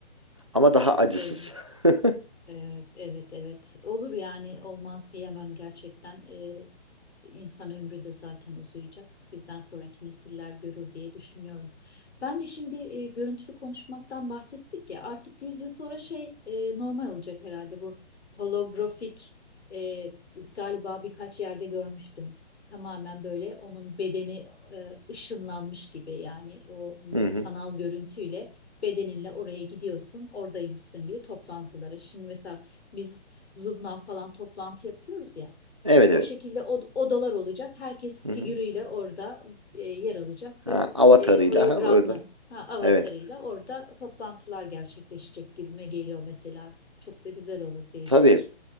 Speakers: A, on the right; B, on the left.
A: Ama daha acısız.
B: Evet,
A: <laughs>
B: evet, evet, evet. Olur yani olmaz diyemem gerçekten. Ee, insan ömrü de zaten uzayacak. Bizden sonraki nesiller görür diye düşünüyorum. Ben de şimdi e, görüntülü konuşmaktan bahsettik ya. Artık 100 yıl sonra şey e, normal olacak herhalde bu holografik e, galiba birkaç yerde görmüştüm. Tamamen böyle onun bedeni e, ışınlanmış gibi yani o mm,
A: Hı hı.
B: sanal görüntüyle. bedeninle oraya gidiyorsun, oradaymışsın gibi toplantılara. Şimdi mesela biz Zoom'dan falan toplantı yapıyoruz ya.
A: Evet
B: O
A: evet.
B: şekilde od- odalar olacak. Herkes
A: Hı
B: figürüyle
A: hı.
B: orada e, yer alacak
A: Ha,
B: ve
A: avatarıyla
B: e, hologramla,
A: ha orada.
B: ha, avatarıyla
A: Evet.
B: orada toplantılar gerçekleşecek gibime geliyor mesela. Çok da güzel olur değişik.
A: Tabii